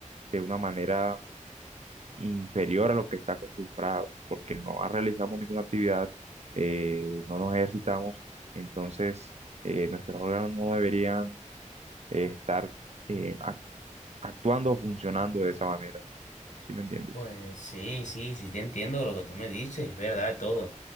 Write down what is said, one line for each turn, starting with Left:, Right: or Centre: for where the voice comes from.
Right: de una manera inferior a lo que está acostumbrado, porque no realizamos ninguna actividad, eh, no nos ejercitamos, entonces eh, nuestros órganos no deberían eh, estar eh, ac- actuando o funcionando de esa manera. ¿Sí me entiendes?
Left: Pues sí, sí, sí te entiendo lo que tú me dices, es verdad todo.